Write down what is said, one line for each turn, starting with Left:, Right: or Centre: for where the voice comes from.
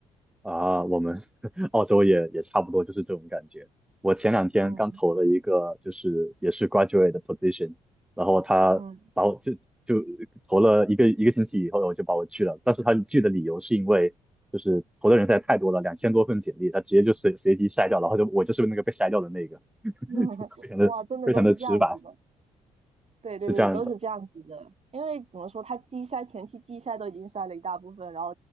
Centre: 啊，我们 <laughs> 澳洲也也差不多就是这种感觉。我前两天刚投了一个，
Right: 嗯
Centre: 就是也是 graduate 的 position，然后他把我就就投了一个一个星期以后，
Right: 嗯，
Centre: 我就把我拒了。但是他拒的理由是因为就是投的人实在太多了，两千多份简历，他直接就随随机筛掉，然后就我就是那个被筛掉的那个，<laughs>
Right: <laughs>
Centre: 就非常的非常的直白，
Right: 哇，真的都是这样子的。对对对，
Centre: 是这样。
Right: 都是这样子的。
Centre: 的。
Right: 因为怎么说，它季筛前期季筛都已经筛了一大部分，然后